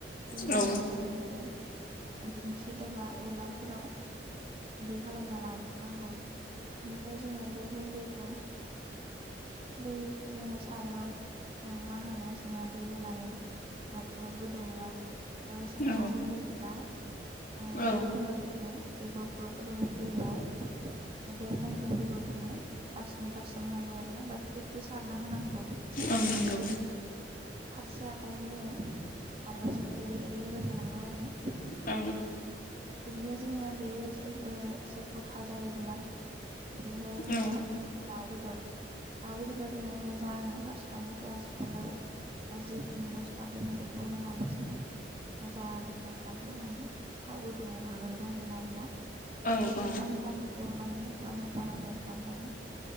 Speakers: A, on the right; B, on the left.
A: बेनि
B: औ
A: उनाव जों बेखौ दिंखि एबा उलारफोराव गुन्दै खालामना लाग्रोनांगौ। बिनिफ्राय जोङो बे गुन्दैखौ बै जोङो सारायाव मा होनो जोङो दै होनानै ग्लब ग्लब गोदौबा बेयाव एसे खारै
B: औ
A: होयोब्ला ओ
B: औ
A: बेनि उनाव जों बे ग्लब ग्लब गोदौनाय दैआव बे अन गुदैखौ जोङो गारसोम गारसोम होनांगौ आरोना बा फ्रि फ्रि सारना होनांगौ बेनि
B: औ नंगौ
A: फारसे आखाइजों जोङो आरोबा जों एरै एरै होबाय थानांगौ आरोना
B: औ
A: बिदिनो जोंनिया बेयो एसे गथा जायोब्ला ओहाय जोंनिया
B: औ
A: दाउ बेदर दाउ बेदरखौ जोङो मोजाङै फार्स्टआवनो पियास फालौ जिखिनि मस्ला दोनङो बेखौ होनानै जोङो मोजां जावफ्रामहानै थाव गुदुाव लाग्रोनांगोन आरो एसे
B: औ नंगौ
A: फाम फा एवनानै बा मोजांं एवफ्रामनानै